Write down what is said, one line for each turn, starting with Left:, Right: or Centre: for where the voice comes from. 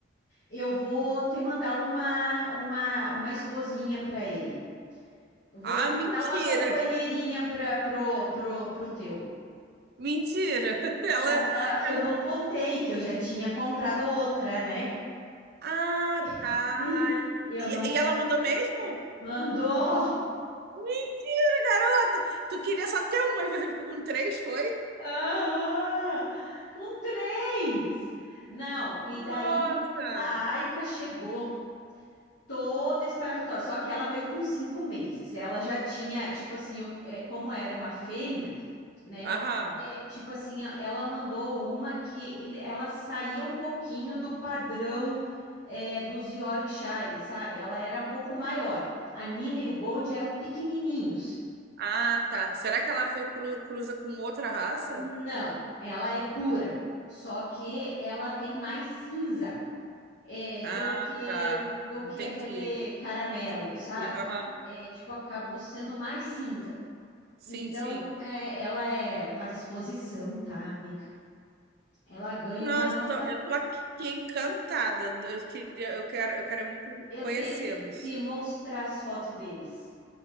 Left: eu vou te mandar uma, uma, uma esposinha para ele. Vou
Right: Ah,
Left: te mandar
Right: mentira!
Left: uma companheirinha para pro, pro, pro teu.
Right: Mentira! <laughs> Ela,
Left: Ah, ah,
Right: ela-
Left: eu não contei que eu já tinha comprado outra, né?
Right: Ah,
Left: <laughs>
Right: tá.
Left: Eu
Right: E,
Left: não contei.
Right: e ela mandou mesmo?
Left: Mandou!
Right: Mentira, garota! Tu queria só ter um e você ficou com três, foi?
Left: Ah, com três! Não, e daí
Right: Nossa!
Left: a Aika chegou toda espalhafatosa, só que ela veio com cinco meses. Ela já tinha, tipo assim, eu, é, como era uma fêmea, né?
Right: Aham.
Left: É, tipo assim, ó, ela mandou uma que ele, ela saía um pouquinho do padrão é, dos Yorkshire, sabe? Ela era um pouco maior. A Nina e o Bond eram pequenininhos.
Right: Ah, tá. Será que ela foi cru- cruza com outra raça?
Left: Não, ela é pura. Só que ela tem mais cinza é,
Right: Ah,
Left: do que
Right: tá.
Left: do
Right: Entendi.
Left: que aquele caramelo,
Right: Entendi, entendi.
Left: sabe?
Right: Aham.
Left: É, tipo, acabou sendo mais cinza.
Right: Sim,
Left: Então,
Right: sim.
Left: é, ela é, ela faz exposição, tá, amiga? Ela ganha
Right: Nossa,
Left: uma nota.
Right: eu tô, eu tô aqui encantada. Eu queria, eu quero, eu quero muito
Left: Eu
Right: conhecê-los.
Left: tenho que te mostrar as fotos deles.